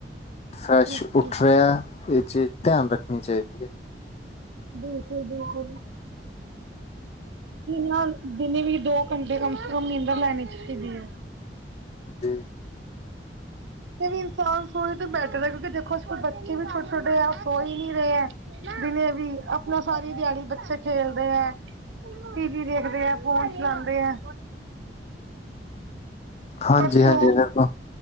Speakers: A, on the left (about 40°); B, on the right (about 85°).
A: ਫਰੈਸ਼
B: ਬਿਲਕੁਲ
A: ਉੱਠ ਰਿਹਾ, ਇਹ ਚੀਜ਼ ਧਿਆਨ ਰੱਖਣੀ ਚਾਹੀਦੀ ਏ।
B: ਬਿਲਕੁਲ-ਬਿਲਕੁਲ। ਨਾ, ਦਿਨੇ ਵੀ ਦੋ ਘੰਟੇ ਕਮ ਸੇ ਕਮ ਨੀਂਦਰ ਲੈਣੀ ਚਾਹੀਦੀ ਏ।
A: ਜੀ।
B: ਵੈਸੇ ਵੀ ਇਨਸਾਨ ਸੋਏ ਤੇ ਬੈਠੇ ਹੈ, ਕਿਉਂਕਿ ਦੇਖੋ ਅਲ ਬੱਚੇ ਵੀ ਛੋਟੇ-ਛੋਟੇ ਆ, ਉਹ ਸੋਏ ਹੀ ਨਹੀਂ ਰਹੇ ਹੈ। ਦਿਨੇ ਵੀ, ਅਪਣਾ ਸਾਰੀ ਦਿਹਾੜੀ ਬੱਚੇ ਖੇਲਦੇ ਹੈ। ਟੀਵੀ ਦੇਖਦੇ ਆ, ਫੋਨ ਚਲਾਂਦੇ ਆ।
A: ਹਾਂਜੀ
B: ਪਰ ਸੋ,
A: ਹਾਂਜੀ ਦੇਖੋ